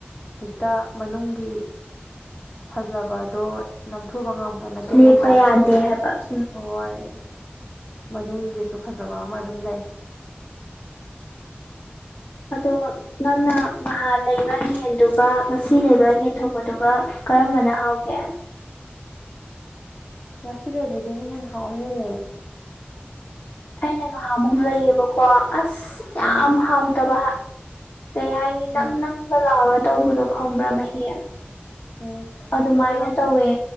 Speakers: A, on the left; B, on the left.
A: ꯍꯦꯛꯇ ꯃꯅꯨꯡꯒꯤ ꯐꯖꯕꯗꯣ ꯅꯝꯊꯨꯕ ꯉꯝꯕ ꯅꯠꯇꯦ
B: ꯂꯦꯞꯄ
A: ꯅꯠꯇ꯭ꯔꯥ
B: ꯌꯥꯗꯦ ꯍꯥꯏꯕ ꯎꯝ
A: ꯍꯣꯏ ꯃꯅꯨꯡꯒꯤꯁꯨ ꯐꯖꯕ ꯑꯃ ꯑꯗꯨꯝ ꯂꯩ <inaudible>
B: ꯑꯗꯣ ꯅꯪꯅ ꯃꯍꯥ ꯂꯩ ꯌꯦꯟꯗꯨꯒ ꯉꯁꯤ ꯂꯩꯕ ꯌꯦꯟꯗꯣꯡꯕꯗꯨꯒ ꯀꯔꯝꯕꯅ ꯍꯥꯎꯒꯦ
A: ꯉꯁꯤ ꯂꯩꯕꯗꯨꯅ ꯍꯦꯟ ꯍꯥꯎ ꯍꯦꯜꯂꯦ
B: ꯑꯩꯅ ꯉꯍꯥꯃꯨꯛ ꯂꯩꯌꯦꯕꯀꯣ ꯑꯁ ꯌꯥꯝ
A: ꯎꯝ
B: ꯍꯥꯎꯇꯕ ꯀꯩ ꯍꯥꯏꯅꯤ
A: ꯎꯝ
B: ꯅꯪ ꯅꯪꯒ ꯂꯥꯎꯔ ꯇꯧꯕꯗꯣ ꯈꯪꯕ꯭ꯔꯥ ꯃꯍꯤ
A: ꯎꯝ
B: ꯑꯗꯨꯃꯥꯏꯅ
A: ꯑꯗꯨ ꯅꯪ
B: ꯇꯧꯋꯦ